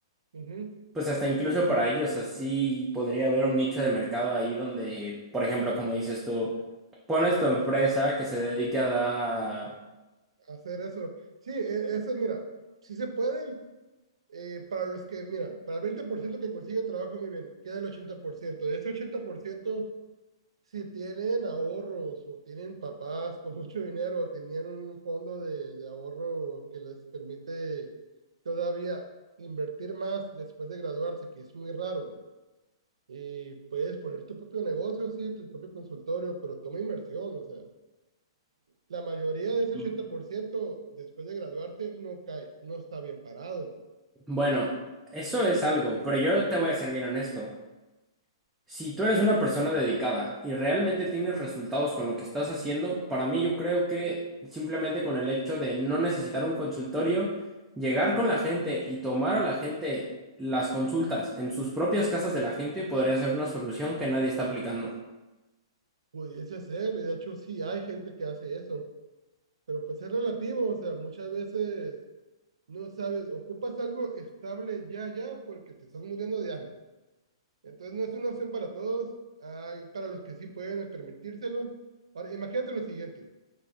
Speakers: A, on the right (about 85°); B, in the centre.
A: ujú,
B: pues hasta incluso para ellos así podría haber un nicho de mercado ahí donde, por ejemplo, como dices tú, pones tu empresa que se dedique a dar,
A: hacer eso. Sí, e- eso, mira, si se pueden, eh, para los que, mira, para el 20% que consigue trabajo, muy bien, queda el ochenta por ciento De ese ochenta por ciento si tienen ahorros o tienen papás con mucho dinero o tenían un fondo de, de ahorro que les permite todavía invertir más después de graduarse, que es muy raro. Y puedes poner tu propio negocio, sí, tu propio consultorio, pero toma inversión, o sea. La mayoría de ese
B: mm,
A: 80% después de graduarse no cae, no está bien parado.
B: bueno, eso es algo, pero yo te voy a ser bien honesto. Si
A: ¿sabe?
B: tú eres una persona dedicada y realmente tienes resultados con lo que estás haciendo, para mí yo creo que simplemente con el hecho de no necesitar un consultorio, llegar con la gente y tomar a la gente las consultas en sus propias casas de la gente podría ser una solución que nadie está aplicando.
A: Pudiese ser, y de hecho sí hay gente que hace eso, pero pues es relativo, o sea, muchas veces no sabes, ocupas algo estable ya, ya, porque te estás muriendo de hambre. Entonces no es una opción para todos, hay para los que sí pueden permitírselo. Ahora, imagínate lo siguiente,